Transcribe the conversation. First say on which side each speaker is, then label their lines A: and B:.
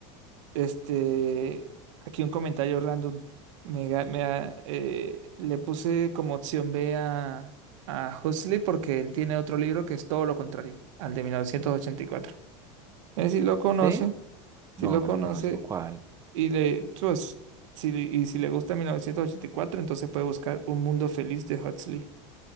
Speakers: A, on the right (about 80°); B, on the right (about 20°).
A: Este, aquí un comentario random. Me, ga- me ha- eh, le puse como opción B a, a Huxley porque él tiene otro libro que es todo lo contrario, al de 1984. Eh, si lo conoce,
B: ¿Sí? No,
A: si lo
B: no
A: conoce
B: lo conozco cuál.
A: y le, pues, si, y si le gusta 1984, entonces puede buscar Un Mundo Feliz de Huxley,